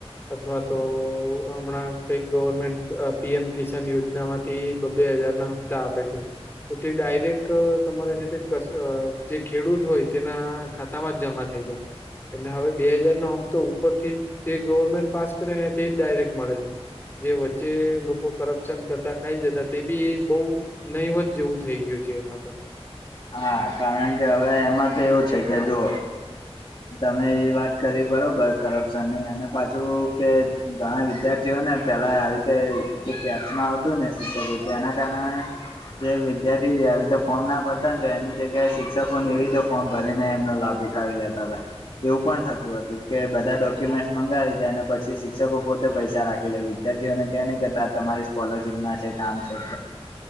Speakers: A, on the left; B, on the left.
A: અથવા તો હમણાં કઈક ગવર્મેન્ટ પીએમ કિસાન યોજનામાં થી બબ્બે હજાર ના હપ્તા આપે છે તો તે ડાયરેક્ટ તમારે જે જે ખેડૂત હોય તેના ખાતામાં જ જમા થઈ જાય એટલે હવે બે હાજારનો હપ્તો ઉપર થી જે ગવર્મેન્ટ પાસ કરે ને તેજ ડાયરેક્ટ મળે છે જે વચ્ચે લોકો કરપ્શન કરતા ખાઈ જતા તે બી બઉ નહી વધ જેવું થઈ ગયું છે એમાં તો
B: હા કારણ કે હવે એમાં તો એવું છે કે જો તમે એ વાત કરી બરાબર કર--પ્શનની અને પાછું કે ઘણા વિદ્યાર્થીઓને પહેલા આવી કે જે કેસમાં આવતું હોય ને સિક્યોરિટી એના કારણે જે વિદ્યાર્થી આવી રીતે ફોન ના પડ તા તો એની જગ્યાએ શિક્ષકોને એવી રીતે ફોર્મ ભરીને એમનો લાભ ઉઠાવી લેતા હતા એવું પણ થતું હતું કે બધા ડોક્યુમેન્ટસ મંગાવી દે અને પછી શિક્ષકો પોતે પૈસા રાખી લે વી દ્યાર્થીઓને કે ની કેતા તમારી સ્કોલરશીપ ના છે કામ છે